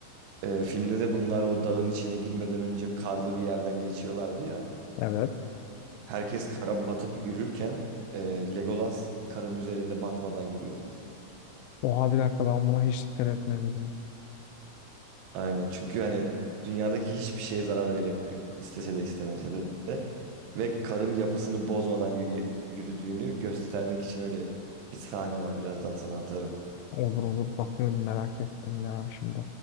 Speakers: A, on the right; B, on the left.
A: Ee, filmde de bunlar o dağın içine girmeden önce karlı bir yerden geçiyorlardı ya.
B: Evet.
A: Herkes kara batıp yürürken e, Legolas karın üzerinde batmadan yürüyordu.
B: Oha bir dakika ben buna hiç dikkat etmedim.
A: Aynen çünkü hani dünyadaki hiçbir şeye zarar veremiyor. İstese de istemese de. Ve karın yapısını bozmadan yürüye- yürüdüğünü göstermek için öyle bir sahne var. Birazdan sana atarım.
B: Olur olur bakıyorum merak ettim yani şimdi.